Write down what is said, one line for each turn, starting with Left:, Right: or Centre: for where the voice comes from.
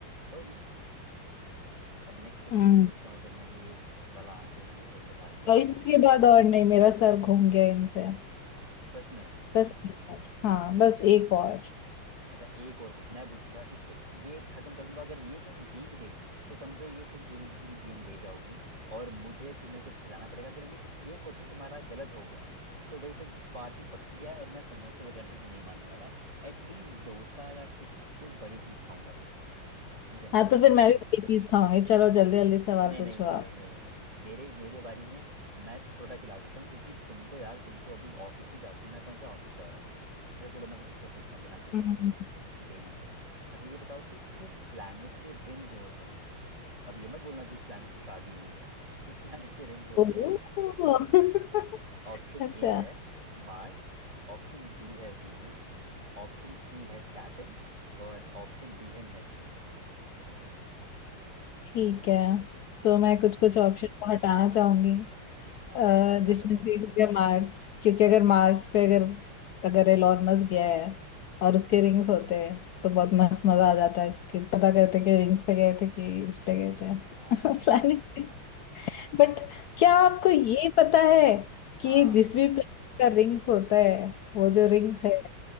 Right: कोई नहीं अब नेक्स्ट क्वेश्चन
Left: हम्म
Right: मैं पूछता हूँ अगर मैं ये वाला आंसर मैंने सही बता दिया
Left: और
Right: आपको
Left: इसके बाद और नहीं मेरा सर घूम गया इनसे
Right: सच में
Left: बस एक और हाँ बस एक और
Right: अच्छा एक और पूछ मैं पूछूंगा इससे ये खत्म कर दूंगा अगर ये तुम जीत गई तो समझो ये तुम पूरी की पूरी गेम ले जाओगी और मुझे तुम्हें कुछ खिलाना पड़ेगा अगर ये ये क्वेश्चन तुम्हारा गलत हो गया तो भाई फिर पार्टी पक्की है और मैं समोसे वगैरह से तो नहीं मानने वाला एटलीस्ट डोसा या कुछ कोई बड़ी चीज़ खाऊंगा मैं मुझे नहीं
Left: हाँ
Right: पता
Left: तो फिर मैं भी बड़ी चीज खाऊंगी चलो जल्दी जल्दी सवाल
Right: नहीं नहीं
Left: पूछो
Right: नहीं
Left: आप
Right: नहीं नहीं नहीं नहीं मेरे मेरे बारी में मैं छोटा खिला सकता हूँ क्योंकि तुम तो यार तुम तो अभी ऑफिस भी जाती हो मैं कौन सा ऑफिस जा रहा हूँ अच्छा चलो मैं तुमसे पूछता हूँ बिना किसी
Left: हम्म
Right: देरी के अच्छा ये बताओ कि किस प्लैनेट के रिंग्स होते हैं अब ये मत बोलना कि उस प्लैनेट की शादी हुई है किस प्लैनेट के रिंग्स होते
Left: ओह।
Right: हैं
Left: <laughs>
Right: ऑप्शन
Left: अच्छा
Right: ए है मार्स ऑप्शन बी है वीनस ऑप्शन सी है सैटर्न और ऑप्शन डी है नेपच्यून
Left: ठीक है तो मैं
Right: हम्म
Left: कुछ कुछ ऑप्शन को हटाना चाहूंगी
Right: हाँ
Left: अ,
Right: पुरानी
Left: जिसमें
Right: आदत
Left: से एक हो गया मार्स क्योंकि अगर मार्स पे अगर अगर एलॉन मस्क गया है और उसके रिंग्स होते हैं तो बहुत मस्त मजा आ जाता है कि पता करते कि रिंग्स पे गए थे कि उस पे गए थे
Right: हाँ
Left: <laughs> प्लैनेट पे बट
Right: <laughs>
Left: क्या आपको ये पता है कि
Right: हाँ
Left: ये जिस भी प्लैनेट का रिंग्स होता है
Right: हम्म
Left: वो जो रिंग्स है